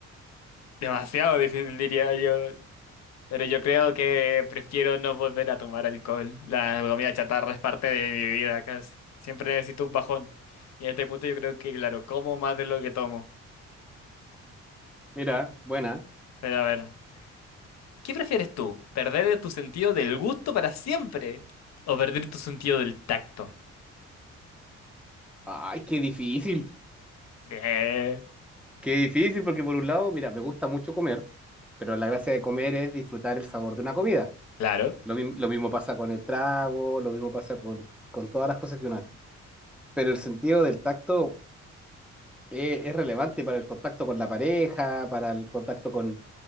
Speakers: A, on the left; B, in the centre.
A: Demasiado difícil, diría yo. Pero yo creo que prefiero no volver a tomar alcohol. La comida chatarra es parte de mi vida. casi. Siempre necesito un bajón. Y en este punto yo creo que, claro, como más de lo que tomo.
B: Mira, buena.
A: Pero a ver. ¿Qué prefieres tú? ¿Perder tu sentido del gusto para siempre? ¿O perder tu sentido del tacto?
B: Ay, qué difícil.
A: Eh,
B: Qué difícil, porque por un lado, mira, me gusta mucho comer, pero la gracia de comer es disfrutar el sabor de una comida.
A: claro,
B: Lo, mi- lo mismo pasa con el trago, lo mismo pasa con, con todas las cosas que uno hace. Pero el sentido del tacto, eh, es relevante para el contacto con la pareja, para el contacto con,